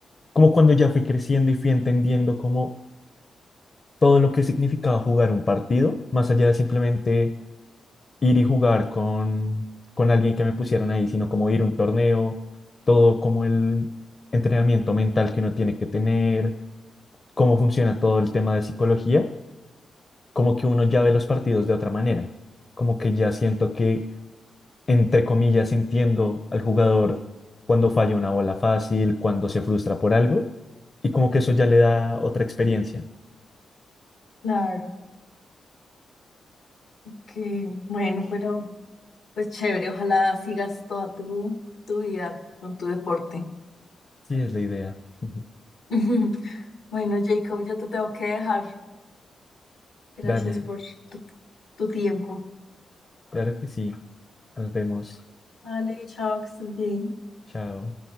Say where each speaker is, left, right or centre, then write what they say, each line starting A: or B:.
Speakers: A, on the left (about 40°); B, on the left (about 75°).
A: como cuando ya fui creciendo y fui entendiendo como todo lo que significaba jugar un partido, más allá de simplemente ir y jugar con, con alguien que me pusieran ahí, sino como ir a un torneo, todo como el entrenamiento mental que uno tiene que tener cómo funciona todo el tema de psicología, como que uno ya ve los partidos de otra manera, como que ya siento que, entre comillas, entiendo al jugador cuando falla una bola fácil, cuando se frustra por algo, y como que eso ya le da otra experiencia.
B: claro. Ok, bueno, pero. Pues chévere, ojalá sigas toda tu, tu vida con tu deporte.
A: Sí, es la idea. <laughs>
B: <laughs> Bueno, Jacob, yo te tengo que dejar. Gracias
A: Dale,
B: por tu, tu tiempo.
A: claro que sí. Nos vemos.
B: Vale, chao, que estés bien.
A: Chao.